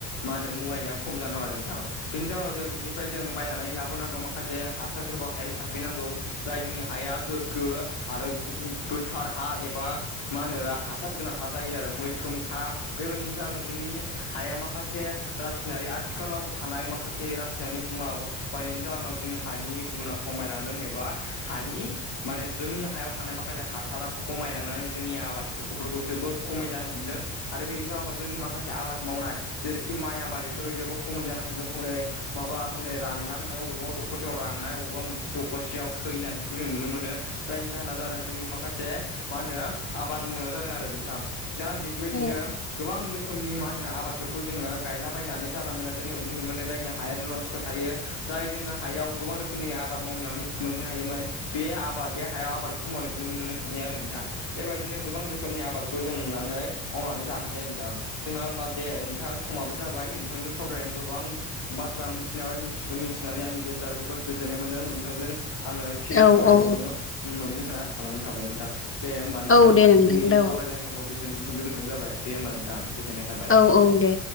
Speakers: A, on the left; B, on the left.
A: मा होनो मुवाया खम जाना दं आरो नोंथां बेनि जाउनाव जों बिनिफ्राय जों बायनानै लाबोनांगौ माखासे हासारफोरखौ हायाव सारफैनांगौ जाय जोंनि हाया गोग्गो आरो गोथार हा एबा मा होनो हासार गोनां हा जायो आरो मैखोम हा बेबायदिनो जाहोनाव जोंनि हाया माखासे रासायनारि आथिखालाव थानाय माखासे रासायनारि मुवा बायनायनि जाहोनाव जोंनि हानि गुना खमायलांदों एबा हानि माने जोंनि हायाव थानाय माखासे हासारा खमायलांनानै जोंनि आबादफोरखौफोरखौ जोबोद खमाय जानो हमदों आरो बेनि जाउनाव जोंनि माखासे आबाद मावनाय जेरैखि माइ आबाद बेफोरो जेबो खमै जानो हमदों हनै माबा हनै रानलांनाय अबेबा दखरसेयाव राननाय अबेबा मोन दखरसेयाव थैनाय बेखौ जों नुनो मोनो जायनि जाहोना जादों जोंनि माख माखासे मा होनो आबाद मावनायाव जादों आरो नोंथां दा आं बेबायदिनो
B: औ
A: गोबां रोखोमनि मा होनो आबादफोरखौ जोङो गायलाबायनानै जानला मेनला दोननायबो नुनो मोनो जायनि हाया लस खस्थ' थायो जाय जोङो हायाव गोबां रोखोमनि आबाद मावनानै मोननो हायोमोन बे आबाद बे हायाव आबादखौ मावनायखौ नुनो मोननो थाङो आरो नोंथां बेबायदिनो गोबां रोखोमनि आबादखौ जों नुनानै मावनानै जानो हायो नोंथां जोंना होमबा दे नोंथां समाबो जाबाय नोंथांजों सावरायनाय गोबां बाथ्रा मिथिनााय मिथिखो मिथिनानै आंनि गोसोआ जोबोद गोजोननाय मोनदों नों नोंथांजों आङो फिन
B: औ
A: सावरायबावनो
B: औ
A: मोनगोन होनना आसा खालामनाय थाबाय नोंथां दे होमबा नोंथां
B: औ दे नोंथां
A: जोंनि
B: औ
A: सावरायनाय समखौ बेसेन <unintelligible> दोनथ'नाय जाबाय दे होमबा नोंथां गोजोननाय थाबाय
B: औ दे